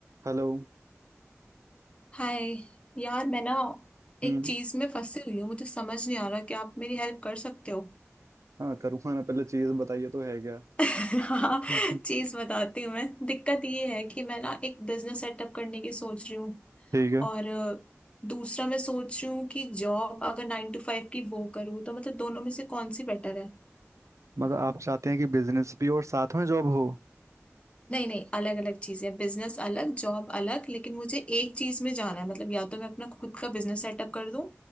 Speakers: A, on the right; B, on the left.
A: Hello
B: हाय यार मैं ना
A: हम्म
B: एक चीज में फंसी हुई हूँ मुझे समझ नहीं आ रहा कि आप मेरी हेल्प कर सकते हो
A: हाँ करूँगा ना पहले चीज़ बताइए तो है क्या <laughs>
B: <laughs> हाँ
A: हम्म
B: चीज बताती हूँ मैं दिक्कत ये है कि मैं ना एक बिजनेस सेटअप करने की सोच रही हूँ
A: ठीक है
B: और अ, दूसरा मैं सोच रही हूँ कि जॉब अगर नाइन टू फाइव की वो करूँ तो मतलब दोनों में से कौन सी बेटर है
A: मतलब आप चाहते हैं कि बिजनेस भी और साथ में जॉब हो
B: नहीं नहीं अलग अलग चीजें बिजनेस अलग जॉब अलग लेकिन मुझे एक चीज में जाना है मतलब या तो मैं अपना खुद का बिजनेस सेटअप कर दूं